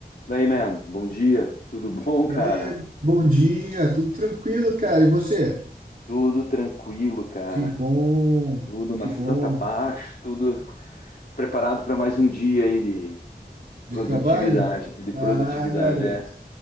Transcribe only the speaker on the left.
Daí, man, bom dia. Tudo bom,
cara?
Tudo tranquilo, cara.
Tudo na
santa
paz, tudo preparado para mais um dia aí de
produtividade.
De produtividade,
é.